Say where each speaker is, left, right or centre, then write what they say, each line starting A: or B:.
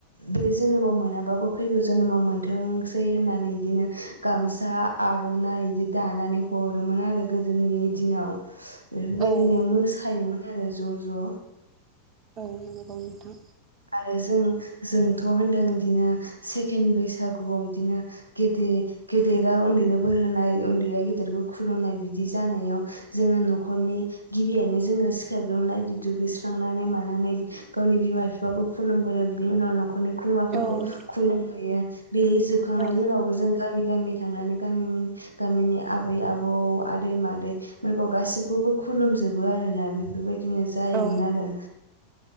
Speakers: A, on the right; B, on the right.
A: बे जोनोमाव मोनाबाबो फैगौ जोनोमाव मोनथोंसै होननानै बिदिनो गामसा आर'नाइ बिदि दानानै हरोमोन आरो गोदोनि दिनाव बेफोरबायदिनो
B: औ
A: मोसायोमोन आरो ज' ज'
B: औ नंगौ नोंथां
A: आरो जों जोंथ' होनदों बिदिनो सेकेणड बैसागुआव बिदिनो गेदेर गेदेरा उन्दैनो बोर होनाय उन्दैया गेदेरखौ खुलुमनाय बिदि जानायाव जोङो न'खरनि गिबियैनो जोङो सिखाराग्रोमनायदि दुगैस्रांनानै मानानै गावनि बिमा बिफाखौ खुलुमगोरो बिनि उनाव न'खरनि खुलुमाफोरखौ
B: औ
A: खुलुमहयो बे जोब फखांनायनि
B: औ
A: उनावबो जों गामि गामि थांनानै गामि गामिनि आबै आबौ आदै मादै बेखौ गासिबखौबो खुलुमजोबो आरोना बेफोरबायदिनो जायोमोन
B: औ
A: आरो।